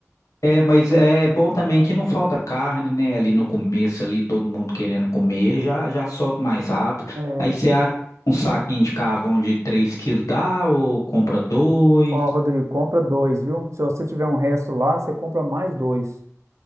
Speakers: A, on the left; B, on the right.
A: É, mas é bom também que não falta carne, né? Ali no começo, ali todo mundo querendo comer, já já solta mais rápido.
B: É.
A: Aí você acha um saquinho de carvão de 3 quilos dá ou compra dois?
B: Ó, Rodrigo, compra dois, viu? Se você tiver um resto lá, você compra mais dois,